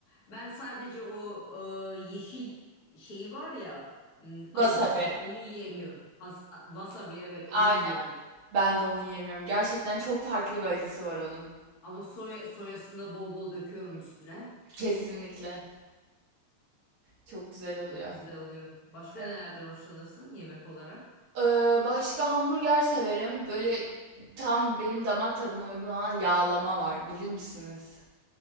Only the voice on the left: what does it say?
Ben sadece o e, yeşil şeyi var ya m, acısı
onu yiyemiyor. Has, wasabi evet
onu yiyemiyor.
Ama soya, soyasını da bol bol döküyorum üstüne.
Çok güzel oluyor. Başka
nelerden hoşlanırsın yemek olarak?